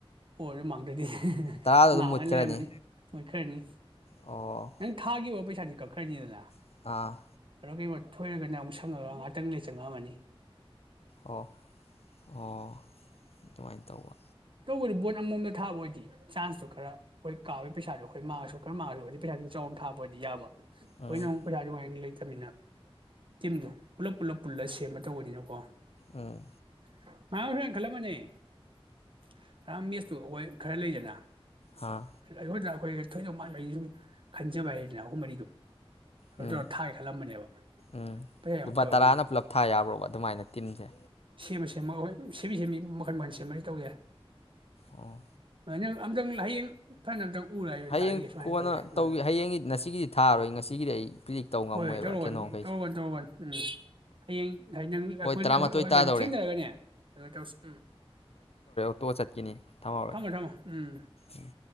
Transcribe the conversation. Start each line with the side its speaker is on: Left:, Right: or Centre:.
Right: ꯑꯣꯏꯔ ꯃꯥꯡꯗ꯭ꯔꯗꯤ
Left: ꯇꯔꯥꯗꯣ ꯑꯗꯨꯝ
Right: ꯉꯥꯡꯉ
Left: ꯃꯨꯠꯈ꯭ꯔꯅꯤ
Right: ꯂꯩꯔꯝꯃꯅꯤ ꯃꯣꯢ ꯈꯔꯅꯤ
Left: ꯑꯣ
Right: ꯅꯪ ꯊꯥꯒꯤꯒꯤꯕ ꯄꯩꯁꯥꯗꯤ ꯀꯛꯈ꯭ꯔꯅꯤꯗꯅ <unintelligible>
Left: ꯑꯥ
Right: ꯊꯣꯏꯔꯒꯅ ꯑꯃꯨꯛ ꯁꯪꯉꯒ ꯉꯥꯏꯍꯥꯛꯇꯪ ꯂꯩ ꯆꯪꯉꯛꯑꯝꯃꯅꯤ
Left: ꯑꯣ ꯑꯣ ꯑꯗꯨꯃꯥꯏ ꯇꯧꯕ
Right: ꯇꯧꯕꯗꯤ ꯕꯣꯟ ꯑꯃꯃꯝꯗ ꯊꯥꯕ ꯑꯣꯏꯗꯤ ꯆꯥꯟꯁꯇꯨ ꯈꯔ ꯑꯩꯈꯣꯏ ꯀꯥꯕꯒꯤ ꯄꯩꯁꯥꯗꯣꯈꯣꯏ ꯃꯥꯡꯉꯁꯨ ꯈꯔ ꯃꯥꯡꯉꯁꯨ ꯑꯗꯨ ꯄꯩꯁꯥ ꯈ ꯆꯥꯎꯅ ꯊꯥꯕ ꯑꯣꯏꯗꯤ ꯌꯥꯕ ꯑꯩꯈꯣꯏꯅ
Left: ꯎꯝ
Right: ꯑꯃꯨꯛ ꯄꯁꯥꯑꯗꯨꯃꯥꯢ ꯂꯩ ꯇꯝꯅꯤꯅ ꯇꯤꯝꯗꯣ ꯄꯨꯂꯞ ꯄꯨꯂꯞ ꯄꯨꯜꯂ ꯁꯦꯝꯕ ꯇꯧꯕꯅꯤꯅꯀꯣ
Left: ꯎꯝ
Right: <unintelligible> ꯔꯥꯝꯃꯦꯁꯇꯨ ꯑꯩꯈꯣꯏ ꯈꯔ ꯂꯩꯗꯅ
Left: ꯑꯥ
Right: ꯑꯈꯣꯢꯗ ꯍꯣꯏ ꯊꯣꯏꯗꯧ ꯃꯥꯟꯕ ꯑꯩꯁꯦ ꯁꯨꯝ ꯈꯟꯖꯕ ꯍꯥꯏꯗꯅ ꯑꯍꯨꯝ ꯃꯔꯤꯗꯣ ꯑꯗꯨ
Left: ꯎꯝ
Right: ꯇꯧꯔ ꯊꯥꯒꯦ ꯈꯜꯂꯝꯕꯅꯦꯕ
Left: ꯎꯝ
Right: ꯄꯩꯁꯥ ꯌꯥꯎꯔꯛꯇꯕ
Left: ꯂꯨꯄꯥ ꯇꯔꯥꯅ
Right: ꯑꯗꯨꯒꯤ
Left: ꯄꯨꯂꯞ ꯊꯥ ꯌꯥꯕ꯭ꯔꯣꯕ ꯑꯗꯨꯃꯥꯏꯅ ꯇꯤꯝꯁꯦ
Right: ꯁꯦꯝꯃ ꯁꯦꯝꯃ ꯍꯣꯏ ꯁꯦꯝꯃꯤ ꯁꯦꯝꯃꯤ ꯃꯈꯟ ꯃꯈꯟ ꯁꯦꯝꯃꯗꯤ ꯇꯧ ꯋꯥꯢ
Left: ꯑꯣ
Right: ꯐꯥꯏꯅꯦꯜ ꯑꯝꯗꯪ ꯍꯌꯦꯡ꯫ <unintelligible> ꯎꯔ
Left: ꯍꯌꯦꯡ
Right: ꯇꯥꯛꯏꯒꯦ ꯁꯨꯃꯥꯏꯅ
Left: ꯀꯣꯟꯅ
Right: ꯇꯧꯒꯦ ꯎꯝ
Left: ꯍꯌꯦꯡꯒꯤ ꯉꯁꯤꯒꯤꯗꯤ ꯊꯥꯔꯣꯏ ꯉꯁꯤꯒꯤꯗꯤ ꯑꯩ ꯄ꯭ꯔꯤꯗꯤꯛ ꯇꯧ ꯉꯝꯃꯣꯏꯕ
Right: ꯍꯣꯏ ꯍꯣꯏ ꯇꯧꯔꯒ
Left: ꯀꯩꯅꯣ ꯃꯈꯩꯁꯦ
Right: ꯇꯧꯔꯒ ꯇꯧꯔꯒꯅꯤ ꯎꯝ ꯍꯌꯦꯡ ꯅꯪ ꯑꯩꯈꯣꯏ
Left: ꯇꯔꯥꯃꯥꯊꯣꯏ
Right: ꯍꯣꯏ
Left: ꯇꯥꯗꯧꯔꯦ
Right: ꯊꯦꯡꯅꯔꯒꯅꯦ ꯑꯗꯨꯩꯅꯣ ꯇꯧꯁꯤ ꯎꯝ
Left: ꯇꯣ ꯆꯠꯈꯤꯅꯤ ꯊꯝꯍꯧꯔꯒꯦ
Right: ꯊꯝꯃꯣ ꯊꯝꯃꯣ ꯎꯝ
Left: ꯎꯝ